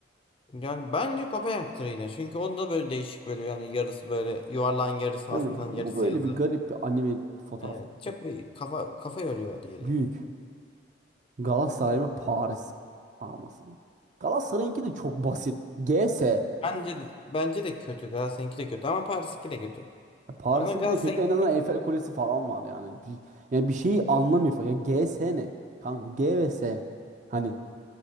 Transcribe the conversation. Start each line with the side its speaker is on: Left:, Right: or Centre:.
Left: Yani bence Kopenhag'dır yine. Çünkü onda böyle değişik böyle yani yarısı böyle yuvarlan yarısı
Right: Değil
Left: aslan
Right: mi? Bu
Left: yarısı
Right: böyle
Left: yazı.
Right: bir garip bir anime fotoğrafı.
Left: Evet çok
Right: gibi.
Left: bir kafa kafa yoruyor diğeri.
Right: Büyük. Galatasaray mı Paris forması mı? Galatasaray'ınki de çok basit. GS.
Left: Bence de, bence de kötü. Galatasaray'ınki de kötü ama Paris'inki de kötü.
Right: Ya Paris'inki
Left: Bazen Galatasaray'ın
Right: de kötü. En azından Eiffel Kulesi falan var yani. Bir, yani bir şeyi anlamıyor falan. Ya GS ne? Kanka G ve S. Hani